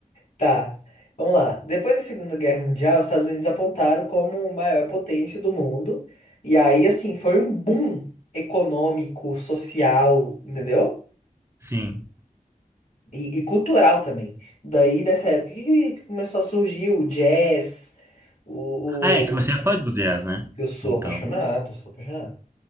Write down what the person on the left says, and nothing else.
tá. vamos lá. Depois da Segunda Guerra Mundial, os Estados Unidos apontaram como a maior potência do mundo. E aí, assim, foi um boom econômico, social, entendeu?
E, e cultural também. Daí, nessa época, que, que- que começou a surgir o jazz, o...
o-
Eu sou
apaixonado, sou apaixonado.